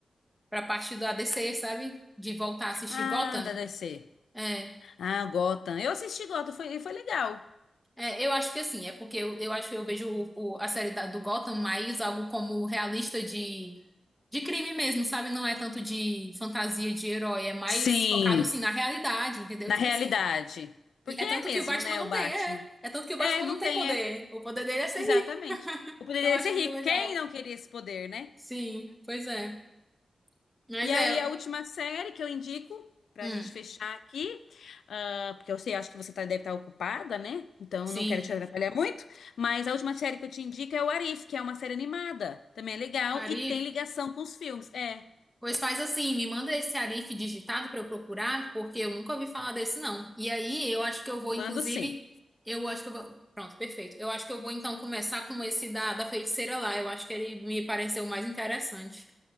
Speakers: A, in the centre; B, on the left.
A: pra parte do a ADC, sabe? De voltar a assistir
B: Ah,
A: Gotham.
B: da DC.
A: É,
B: Ah, Gotham. Eu assisti Gotham, foi, foi legal.
A: é, eu acho que assim, é porque eu, eu acho eu vejo o- o- a série da- do Gotham mais algo como realista de, de crime mesmo, sabe? Não é tanto de fantasia de herói, é mais
B: Sim,
A: focado assim na realidade, entendeu?
B: na
A: Tipo
B: realidade.
A: assim.
B: Porque
A: E é
B: é
A: tanto
B: mesmo,
A: que o Batman
B: né,
A: não
B: o Batman.
A: tem, é. É tanto que o Batman
B: É, não
A: não tem
B: tem,
A: poder.
B: é.
A: O poder dele é ser
B: Exatamente.
A: rico.
B: O poder
A: Então
B: dele
A: eu acho
B: é ser
A: muito
B: rico.
A: legal.
B: Quem não queria esse poder, né?
A: Sim, pois é. Mas
B: E aí,
A: é.
B: a última série que eu indico, pra
A: Hum,
B: gente fechar aqui, ah, porque eu sei, acho que você tá, deve estar ocupada, né? Então,
A: sim.
B: eu não quero te atrapalhar muito. Mas a última série que eu te indico é o Arif, que é uma série animada. Também é legal
A: Arif.
B: e tem ligação com os filmes. É,
A: Pois faz assim, me manda esse Arif digitado para eu procurar, porque eu nunca ouvi falar desse não. E aí, eu acho que eu vou,
B: mando
A: inclusive,
B: sim.
A: eu acho que eu vou. Pronto, perfeito. Eu acho que eu vou então começar com esse da, da feiticeira lá. Eu acho que ele me pareceu mais interessante.